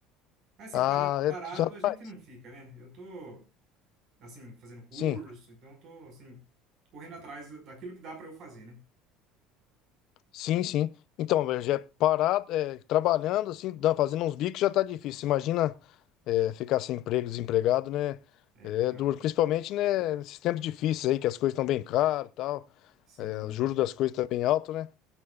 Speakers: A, on the right; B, on the left.
A: Mas, assim,
B: Ah,
A: para, parado
B: é, já
A: a gente
B: vai.
A: não fica, né? Eu tô, assim, fazendo curso,
B: Sim.
A: então tô, assim, correndo atrás daquilo que dá para eu fazer, né?
B: Sim, sim. Então, velho, já é parado, é, trabalhando, assim, dá- fazendo uns bicos já tá difícil. Imagina, é, ficar sem emprego, desempregado, né?
A: É,
B: É
A: é verdade.
B: duro, principalmente, né, nesses tempos difíceis aí, que as coisas estão bem caras e tal,
A: Sim.
B: é, o juro das coisas tá bem alto, né?